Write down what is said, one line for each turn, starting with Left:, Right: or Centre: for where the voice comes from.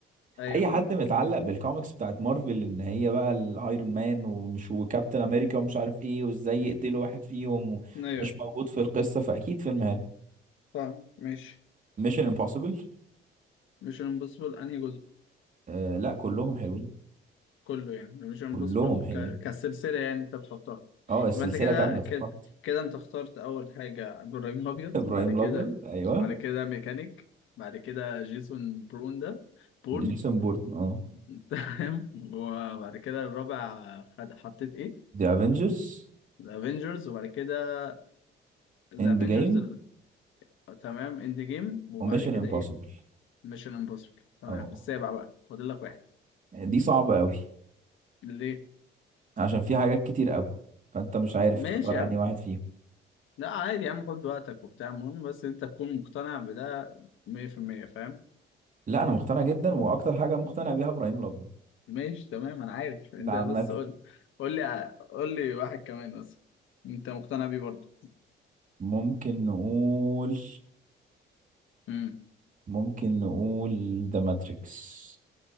Left: ايوه
Right: اي
Left: فاهم
Right: حد متعلق بالكوميكس بتاعت مارفل ان هي بقى الايرون مان ومش وكابتن امريكا ومش عارف ايه وازاي يقتلوا واحد فيهم
Left: ايوه
Right: ومش موجود في القصه فاكيد فيلم حلو
Left: فاهم ماشي
Right: ميشن امبوسيبل
Left: مش امبوسيبل انهي جزء
Right: آه لا كلهم حلوين
Left: كله يعني مش امبوسيبل
Right: كلهم حلوين
Left: ك... كسلسلة يعني انت بتحطها
Right: اه السلسله
Left: يبقى انت كده
Right: كامله
Left: كده
Right: تتحط
Left: كده انت اخترت اول حاجة ابراهيم الابيض
Right: <laughs> ابراهيم
Left: وبعد كده
Right: الابيض ايوه
Left: وبعد كده ميكانيك بعد كده جيسون برون ده بورن
Right: جيسون بورن اه
Left: <laughs> تمام وبعد كده الرابع خد... حطيت ايه
Right: ذا افنجرز
Left: الافينجرز وبعد كده ذا
Right: اند
Left: افينجرز
Right: جيم
Left: ال... تمام اند جيم وبعد
Right: وميشن
Left: كده
Right: امبوسيبل
Left: ايه ميشن امبوسيبل تمام
Right: اه
Left: السابع بقى فاضل لك واحد
Right: يعني دي صعبة قوي
Left: ليه
Right: عشان في حاجات كتير قوي فانت مش عارف
Left: ماشي
Right: تختار
Left: يا عم
Right: انهي واحد فيهم
Left: لا عادي يا عم خد وقتك وبتاع المهم بس انت تكون مقتنع بده 100% فاهم
Right: لا انا مقتنع جدا واكتر حاجة مقتنع بيها ابراهيم الابيض
Left: ماشي تمام انا عارف انت
Right: ده عامة
Left: بس قول قول لي قول لي واحد كمان بس انت مقتنع بيه برضه
Right: ممكن نقول
Left: امم
Right: ممكن نقول ذا ماتريكس